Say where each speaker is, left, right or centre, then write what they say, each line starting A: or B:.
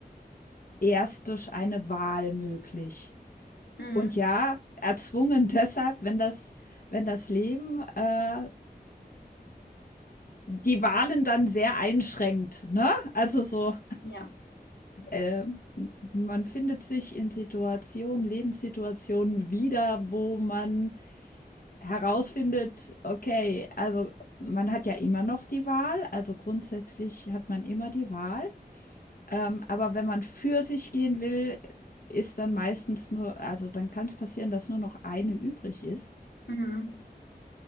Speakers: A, on the left; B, on the left.
A: erst durch eine Wahl möglich.
B: Mhm.
A: Und ja, erzwungen <laughs> deshalb, wenn das wenn das Leben, äh, die Wahlen dann sehr einschränkt, ne? Also so
B: Ja.
A: äh, man findet sich in Situationen, Lebenssituationen wieder, wo man herausfindet, okay, also man hat ja immer noch die Wahl, also grundsätzlich hat man immer die Wahl. Ähm, aber wenn man für sich gehen will, ist dann meistens nur, also dann kann es passieren, dass nur noch eine übrig ist.
B: Mhm.